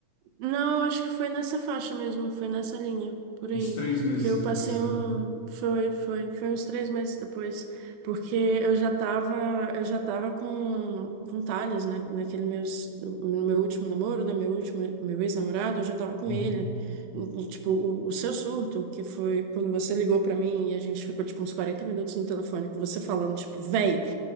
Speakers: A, on the right; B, on the left.
A: Não, acho que foi nessa faixa mesmo, foi nessa linha, por aí.
B: Uns três meses
A: Porque eu
B: depois,
A: passei
B: né?
A: um. Foi, foi, foi uns três meses depois. Porque eu já tava, eu já tava com, com Thales, né, naquele meus, no meu último namoro, né? Meu último, meu ex-namorado, eu já tava com
B: Uhum.
A: ele. E, e, tipo, o, o seu surto, que foi quando você ligou pra mim e a gente ficou, tipo, uns 40 minutos no telefone com você falando, tipo, véi.